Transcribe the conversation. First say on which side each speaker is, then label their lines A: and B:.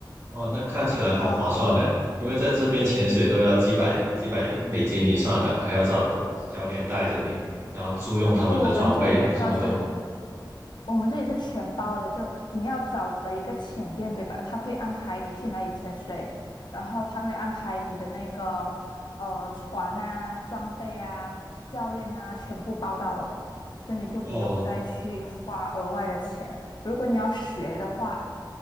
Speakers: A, on the right; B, on the left.
A: 哦，那看起来好划算嘞，
B: 然后，
A: 因为在这边潜水都要几百几百美金以上的，还要找教练带着你，然后租用他们的装备什么的。
B: 呃我们这里的话是我们这里是全包的，就你要找了一个潜店，对吧？他会安排你去哪里潜水，然后他会安排你的那个呃船啊、装备啊、教练啊，全部包到完，所以你就不用再去花额外的钱。
A: 哦
B: 如果你要学的话，